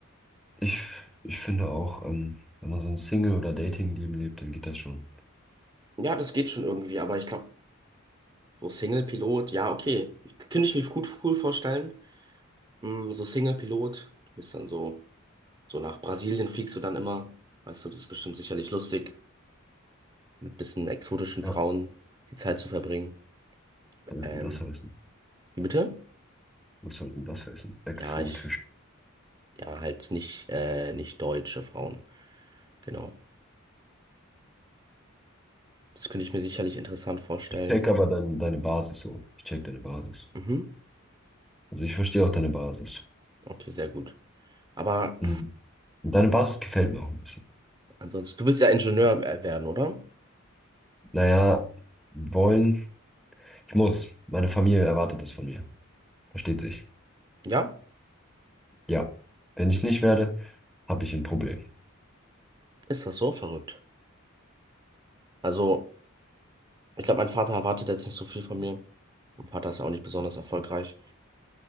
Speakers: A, in the centre; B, on the right.
A: ich, ich finde auch, ähm, wenn man so ein Single- oder Dating-Leben lebt, dann geht das schon.
B: Ja, das geht schon irgendwie, aber ich glaube, so Single-Pilot, ja, okay. Könnte ich mir gut cool vorstellen. Mm, So Single-Pilot, du bist dann so, so nach Brasilien fliegst du dann immer. Weißt du, das ist bestimmt sicherlich lustig, mit bisschen exotischen
A: Ja.
B: Frauen die Zeit zu verbringen.
A: Was soll
B: Ähm,
A: denn das heißen?
B: wie bitte?
A: Was soll denn das heißen? Exotisch.
B: Ja, ich. Ja, halt nicht, äh, nicht deutsche Frauen. Genau. Das könnte ich mir sicherlich interessant vorstellen.
A: Ich check aber dein, deine Basis so. Ich check deine Basis.
B: Mhm.
A: Also, ich verstehe auch deine Basis.
B: Okay, sehr gut. Aber
A: Mhm. Und deine Basis gefällt mir auch ein bisschen.
B: ansonsten, du willst ja Ingenieur äh, werden, oder?
A: Naja, wollen. Ich muss. Meine Familie erwartet das von mir. Versteht sich.
B: Ja?
A: Ja. Wenn ich es nicht werde, habe ich ein Problem.
B: Ist das so verrückt? Also, ich glaube, mein Vater erwartet jetzt nicht so viel von mir. Mein Vater ist ja auch nicht besonders erfolgreich.